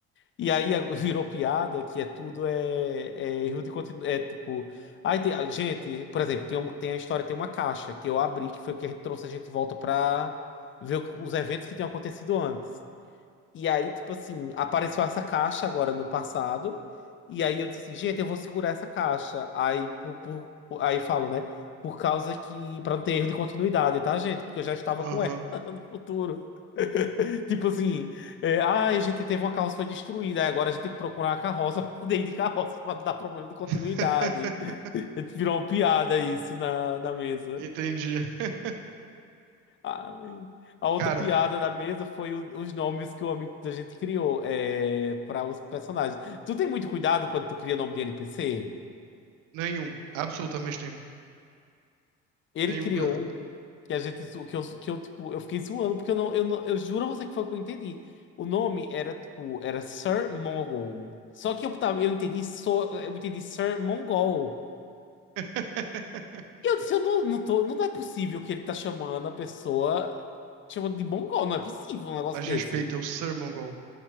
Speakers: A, on the left; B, on the right.
A: E aí a- virou piada que é tudo é, é erro de continuidade. É tipo. Aí tem, gente, por exemplo, tem, um- tem a história, tem uma caixa que eu abri, que foi o que a gente trouxe a gente de volta pra ver o- que- os eventos que tinham acontecido antes. E aí, tipo assim, apareceu essa caixa agora no passado. E aí eu disse assim, gente, eu vou segurar essa caixa. Aí, por, por- por- aí falo, né? Por causa que. Pra não ter erro de continuidade, tá, gente? Porque eu já estava
B: Aham.
A: com ela <laughs> no futuro. <laughs> Tipo assim, é, ah, a gente teve uma carroça que foi destruída, aí agora a gente tem que procurar a carroça para poder ir de carroça para dar problema de continuidade.
B: <laughs>
A: Virou uma piada isso na, na mesa.
B: Entendi. <laughs>
A: Ai. A outra
B: Cara,
A: piada da mesa foi o- os nomes que o amigo da gente criou é, para os personagens. Tu tem muito cuidado quando tu cria nome de NPC?
B: nenhum. Absolutamente nenhum.
A: Ele
B: Nenhum
A: criou
B: cuidado.
A: um que a gente zo- que eu, que eu tipo, eu fiquei zoando porque eu não, eu não, eu juro a você que foi o que eu entendi. O nome era tipo, era Sir Mongol. Só que eu tava, eu entendi só, eu entendi Sir Mongol.
B: <laughs>
A: E eu disse, eu não, não tô, não é possível que ele tá chamando a pessoa chamando de mongol, não é possível um negócio
B: Mas
A: desse.
B: respeita, é o Sir Mongol.